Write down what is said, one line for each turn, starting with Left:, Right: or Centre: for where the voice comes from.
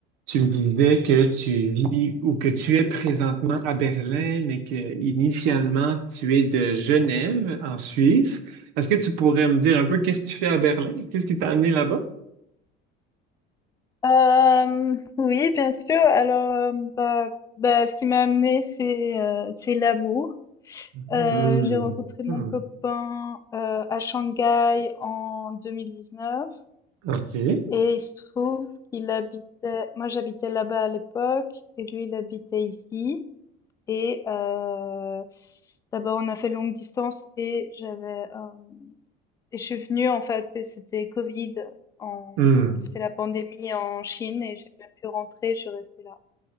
Right: Tu me disais que tu vis ou que tu es présentement à Berlin, mais que initialement tu es de Genève, en Suisse. Est-ce que tu pourrais me dire un peu qu'est-ce que tu fais à Berlin? Qu'est-ce qui t'a amené là-bas?
Left: Hem, oui, bien sûr. Alors, hem, bah bah, ce qui m'a amenée, c'est, heu, c'est l'amour.
Right: Hmm.
Left: Heu, j'ai rencontré mon
Right: Hmm.
Left: copain, heu, à Shanghai en 2019
Right: OK.
Left: et il se trouve qu'il habitait moi, j'habitais là-bas à l'époque et lui, il habitait ici et heu, d'abord, on a fait longue distance et j'avais, hem et je suis venue en fait, et c'était Covid, en...
Right: Hmm.
Left: c'était la pandémie en Chine et j'ai pas pu rentrer, je suis restée là.